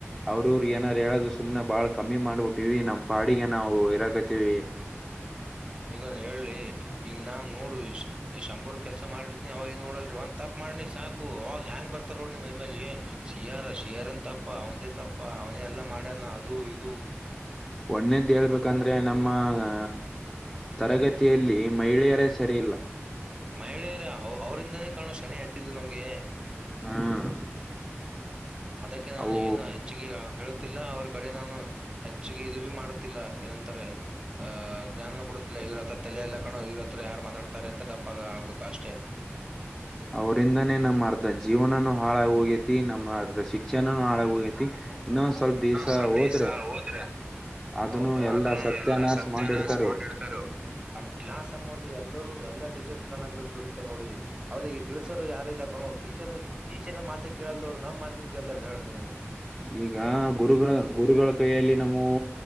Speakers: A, in the centre; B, on the right (about 20°).
A: ಅವರೆವ್ರ್ ಏನಾರು ಹೇಳೋದು ಸುಮ್ನೆ ಬಾಳ್ ಕಮ್ಮಿ ಮಾಡ್ಬಿಟ್ಟಿವವಿ ನಮ್ ಪಾಡಿಗೆ ನಾವು ಇರಾಕತ್ತೀವಿ
B: ಹಿಗೊಂದು ಹೇಳಿ ಈಗ ನಾನ್ ನೋಡು ಈ ಶಂಬರ್ ಕೆಲ್ಸ ಮಾಡಿರ್ತಿನಿ ಅವಾಗ ಇನ್ ನೋಡಲ್ರಿ ಒಂದ್ ತಪ್ ಮಾಡನಿ ಸಾಕು ಅವಾಗ ಹೆಂಗ ಬರ್ತಾರೋಡ ನಿ ಮೈಮೇಲಿ ಶಿಯಾರ ಶಿಯಾರನ್ ತಪ್ಪ ಅವನದೇ ತಪ್ಪ ಅವನ ಎಲ್ಲಾ ಮಾಡ್ಯಾನ ಅದು ಇದು
A: ಒಣೆದ್ದ್ ಹೇಳ್ಬೇಕಂದ್ರೆ ನಮ್ಮ ಆ ತರಗತಿಯಲ್ಲಿ ಮಹಿಳೆಯರೇ ಸರಿ ಇಲ್ಲ
B: ಮಹಿಳೆಯರ ಅವ್ರ್ ಅವ್ರಂದನೇ ಕಾಣೋ ಶನಿ ಹತ್ತಿದ್ದು ನಮಗೆ
A: ಹಾ <inaudible>
B: ಅದಕ್ಕೆ ನಾನು
A: ಅವು
B: ಏನು ಹೆಚ್ಚಿಗೆ ಹೇಳುತ್ತಿಲ್ಲ ಅವ್ರ ಕಡೆ ನಾನು ಹೆಚ್ಚಿಗೆ ಇದು ಭೀ ಮಾಡುತ್ತಿಲ್ಲ ಏನಂತಾರೆ ಅಹ್ ಜ್ಞಾನ ಕೊಡುತ್ತಿಲ್ಲ ಇವ್ರ ಹತ್ರ ತಲೆ ಎಲ್ಲ ಕಣು ಇವ್ರ ಹತ್ರ ಯಾರ್ ಮಾತಾಡ್ತಾರೆ ಅಂತ ಗಪ್ಪಾಗ ಆಗ್ಬೇಕು ಅಷ್ಟೇ.
A: ಅವ್ರಂದಾನೇ ನಮ್ಮ್ ಅರ್ಧ ಜೀವನನು ಹಾಳಾಗಿ ಹೋಗೇತಿ ನಮ್ಮ ಅರ್ಧ ಶಿಕ್ಷಣನು ಹಾಳಾಗಿ ಹೋಗೇತಿ. ಇನ್ನೊಂದ ಸ್ವಲ್ಪ ದಿವ್ಸ
B: ಹಾ ಸ್ವಲ್ಪ
A: ಹೋದ್ರೆ
B: ದಿವ್ಸ ಹೋದ್ರೆ
A: ಅದನ್ನು
B: ಹೌದ
A: ಎಲ್ಲಾ
B: ಅದನ್ನು
A: ಸತ್ಯನಾಶ
B: ಎಲ್ಲಾ ಸತ್ಯಾನಾಶ
A: ಮಾಡಿಡ್ತಾರ
B: ಮಾಡಿಡ್ತಾರ
A: ಅವರು
B: ಇವ್ರು ನಮ್ ಕ್ಲಾಸ್ ಅಮ್ಮೋದು ಎಲ್ಲರೂ ಎಲ್ಲಾ ಟೀಚರ್ಸ್ ಕಣ್ಣಾಗಿ ಬದ್ ಬಿಡುತ್ತೆ ನೋಡಿ ಈ ಅವ್ರಿಗೆ ತಿಳಿಸೋರು ಯಾರುಲ್ಲ ಕೊಂಡೋ ಟೀಚರ್ ಟೀಚರ ಮಾತೆ ಕೇಳಲ್ದವ್ರು ನಮ್ಮ ಮಾತಿನ ಕೇಳ್ತಾರ ಹೇಳ್ರಿ ನೀವ್
A: ಈಗ ಗುರುಗಳ ಗುರುಗಳ ಕೈಯಲ್ಲಿ ನಾಮವು